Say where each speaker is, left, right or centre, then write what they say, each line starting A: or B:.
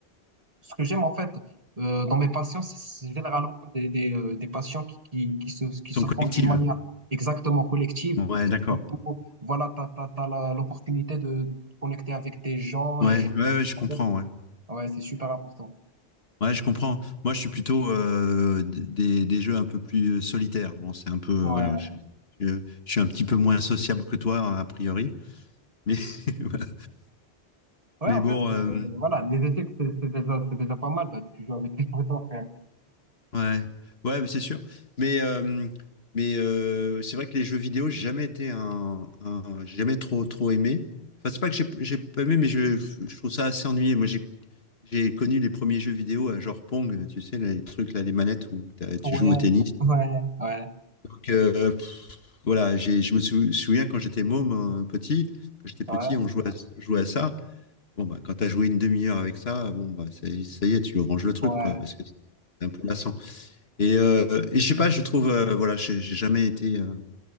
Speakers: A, on the right; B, on the left.
A: Ce que j'aime en fait euh, dans mes patients, c'est c'est généralement des, des, euh, des patients qui, qui, qui, se, qui se
B: sont collectives.
A: font d'une manière exactement collective.
B: Ouais, d'accord.
A: Du coup, voilà, t'as, t'as, t'as l'opportunité de, de te connecter avec des gens
B: Ouais,
A: et
B: ouais, ouais, je
A: en
B: comprends,
A: fait,
B: ouais.
A: ouais, c'est super important.
B: Ouais, je comprends. Moi, je suis plutôt euh, des, des jeux un peu plus euh, solitaires. Bon, c'est un peu. euh,
A: Ouais,
B: Voilà. Je, je- je suis un petit peu moins sociable que toi, a priori. Mais, <laughs> voilà.
A: ouais,
B: Mais
A: en
B: bon.
A: fait, euh,
B: euh,
A: voilà, les échecs, c'est c'est déjà, c'est déjà pas mal. Bah, tu joues avec tes <laughs> potes, frère.
B: Ouais, ouais, mais c'est sûr. Mais, euh, mais euh, c'est vrai que les jeux vidéo, j'ai jamais été un, un- j'ai jamais trop, trop aimé. Enfin, c'est pas que j'ai j'ai pas aimé, mais je, je trouve ça assez ennuyé. Moi, j'ai, j'ai connu les premiers jeux vidéo à genre Pong, tu sais, les trucs là, les manettes où t'as- tu
A: Ouais,
B: joues au tennis.
A: ouais, ouais,
B: Donc, euh, pff, voilà, j'ai, je me sou- souviens quand j'étais môme, euh, petit, quand j'étais petit,
A: ouais, ouais,
B: on jouait à, jouait à ça. Bon, bah, quand t'as joué une demi-heure avec ça, bon, bah, c'est- ça y est, tu ranges le truc,
A: ouais.
B: quoi, parce que c'est un peu lassant. Et, euh, et je sais pas, je trouve, euh, voilà, j'ai j'ai jamais été euh,